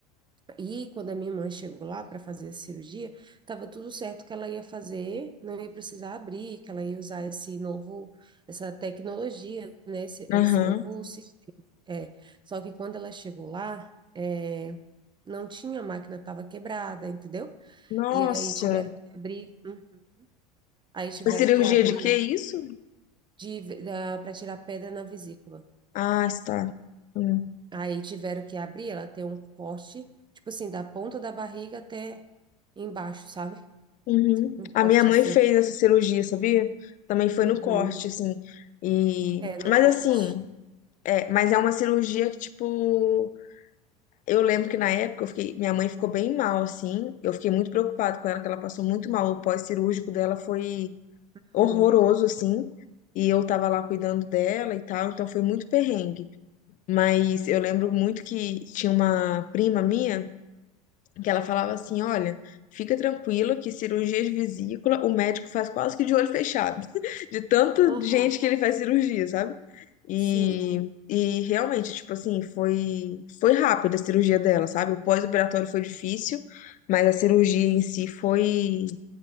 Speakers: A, on the right; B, on the left.
A: E quando a minha mãe chegou lá para fazer a cirurgia, estava tudo certo que ela ia fazer, não ia precisar abrir, que ela ia usar esse novo, essa tecnologia, né? Esse, esse
B: aham.
A: novo sistema. É. Só que quando ela chegou lá, é, não tinha, a máquina estava quebrada, entendeu?
B: Nossa,
A: E aí tiveram que abrir, hum, aí tiveram
B: foi cirurgia
A: que abrir
B: de que isso?
A: de, para tirar pedra na vesícula.
B: Ah, está. Hum,
A: Aí tiveram que abrir, ela tem um corte, tipo assim, da ponta da barriga até embaixo, sabe?
B: Uhum.
A: Um corte
B: A minha mãe
A: assim.
B: fez essa cirurgia, sabia? Também foi
A: Uhum.
B: no corte, assim. E...
A: É, num
B: Mas
A: corte.
B: assim, é, mas é uma cirurgia que, tipo, Eu lembro que na época eu fiquei, minha mãe ficou bem mal, assim. Eu fiquei muito preocupada com ela, que ela passou muito mal. O pós-cirúrgico dela foi horroroso,
A: Uhum.
B: assim. E eu tava lá cuidando dela e tal, então foi muito perrengue. Mas eu lembro muito que tinha uma prima minha que ela falava assim, olha, fica tranquila que cirurgia de vesícula o médico faz quase que de olho fechado, <laughs> de tanta
A: Aham.
B: gente que ele faz cirurgia, sabe? E,
A: Sim,
B: e realmente, tipo assim, foi, foi rápida a cirurgia dela, sabe? O pós-operatório foi difícil, mas a cirurgia em si foi,